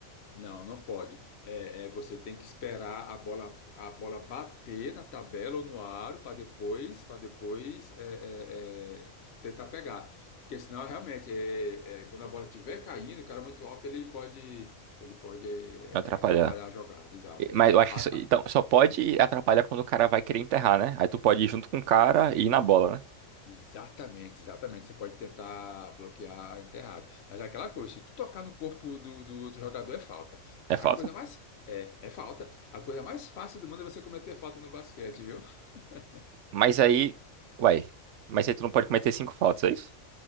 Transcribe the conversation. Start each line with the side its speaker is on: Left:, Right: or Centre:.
Left: não, não pode. É, é, você tem que esperar a bola, a bola bater na tabela ou no aro para depois, para depois é, é, é, tentar pegar. Porque senão, realmente, é, é, quando a bola estiver caindo, o cara muito alto, ele pode, ele pode é,
Right: Atrapalhar.
Left: é, atrapalhar a jogada. Exato.
Right: E-
Left: é.
Right: Mas eu acho
Left: A-
Right: que só, então,
Left: a-
Right: só pode atrapalhar quando o cara vai querer enterrar, né? Aí tu pode ir junto com o cara
Left: isso.
Right: e ir na bola, né?
Left: Exatamente, exatamente. Você pode tentar bloquear a enterrada. Mas é aquela coisa, se tu tocar no corpo do, do outro jogador é falta. A
Right: É falta?
Left: a coisa mais é, é falta. A coisa mais fácil do mundo é você cometer falta no basquete, viu? <laughs>
Right: Mas aí, uai, mas aí tu não pode cometer cinco faltas, é isso?